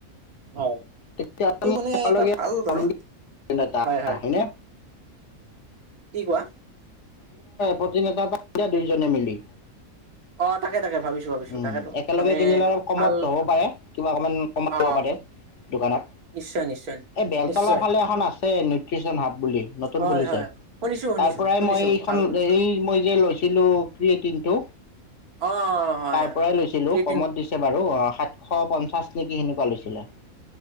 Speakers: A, on the right; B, on the left.
A: হয়
B: তেতিয়া
A: সেইটো
B: আমি
A: মানে
B: একেলগে
A: এটা ভাল
B: <unintelligible>
A: বাৰু
B: <unintelligible>
A: হয় হয়
B: হয়নে?
A: কি কোৱা?
B: প্ৰতিনেতা পাই যা দুয়োজনে মিলি।
A: অ তাকে তাকে ভাবিছো ভাবিছো
B: উম
A: তাকেতো
B: একেলগে
A: মানে
B: কিনিলে অলপ কমত
A: ভাল
B: হ'ব পাৰে কিবা অকমান কমত
A: অ
B: দিব পাৰে দোকানত।
A: নিশ্চয় নিশ্চয়
B: এ বেলতলা
A: নিশ্চয়
B: ফালে এখন আছে নিউট্ৰিচন হাব বুলি নতুন
A: হয়
B: খুলিছে,
A: হয় শুনিছো শুনিছো
B: তাৰ পৰাই
A: শুনিছো
B: মই এইখন
A: ভাল শুনিছো
B: এই মই যে লৈছিলো ক্ৰিয়েটিনটো
A: অ হয়
B: তাৰ
A: হয়
B: পৰাই লৈছিলো।
A: ক্ৰিয়েটিন
B: কমত দিছে বাৰু, অ। সাতশ পঞ্চাছ নেকি সেনেকুৱা লৈছিলে।